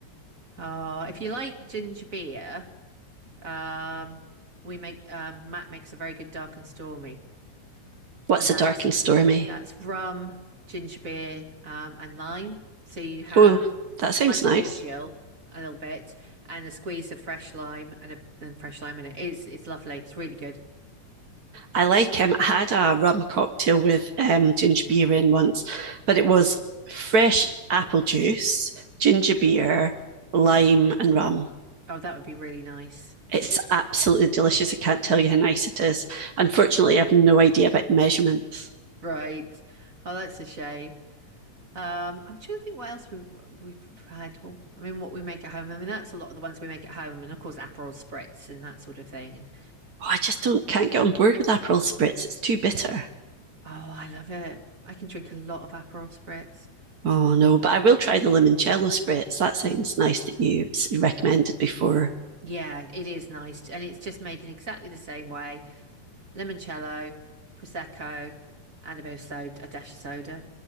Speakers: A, on the right; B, on the right.
A: Uh, if you like ginger beer, um, we make um, Matt makes a very good dark and stormy,
B: What's
A: and that's
B: a dark and stormy?
A: That's rum, ginger beer, um, and lime. So you have
B: Oh, that sounds
A: lime cordial
B: nice.
A: a little bit and a squeeze of fresh lime and a and fresh lime in it. It's it's lovely. It's really good.
B: I like him. Um, I had a rum cocktail with um, ginger beer in once, but it was fresh apple juice, ginger beer, lime, and rum.
A: Oh, that would be really nice.
B: It's absolutely delicious. I can't tell you how nice it is. Unfortunately, I have no idea about the measurements.
A: Right. Oh, that's a shame. Um, I'm trying to think what else we we've had. Well, I mean, what we make at home. I mean, that's a lot of the ones we make at home, and of course, Aperol spritz and that sort of thing. And
B: Oh, I just don't can't get on board with Aperol spritz. It's too bitter.
A: oh, I love it. I can drink a lot of Aperol spritz.
B: Oh no, but I will try the limoncello spritz. That sounds nice that you recommended before.
A: Yeah, it is nice, and it's just made in exactly the same way. limoncello, prosecco, and a bit of soda, a dash of soda.